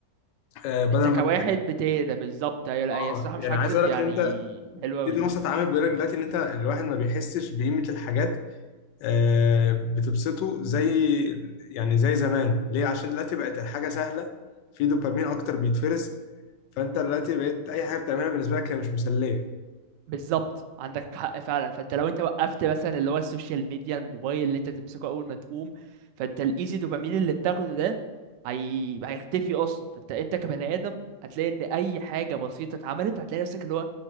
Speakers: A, on the left; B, on the right.
A: آه، بدل
B: انت
A: ما
B: كواحد
A: انت
B: بتهدى بالظبط هي لا
A: اه
B: هي الصراحه مش
A: يعني
B: هكدب
A: عايز اقول لك
B: يعني
A: ان انت
B: حلوه قوي
A: في دراسه
B: دي
A: اتعملت بيقول لك دلوقتي ان انت الواحد ما بيحسش بقيمه الحاجات آه، بتبسطه زي يعني زي زمان ليه عشان دلوقتي بقت الحاجه سهله في دوبامين اكتر بيتفرز فانت دلوقتي بقيت اي حاجه بتعملها بالنسبه لك هي مش مسليه
B: بالظبط عندك حق فعلا فانت لو انت وقفت مثلا اللي هو السوشيال ميديا الموبايل اللي انت تمسكه اول ما تقوم فانت الايزي دوبامين اللي بتاخده ده هي... هيختفي اصلا فانت انت كبني ادم هتلاقي ان اي حاجه بسيطه اتعملت هتلاقي نفسك اللي هو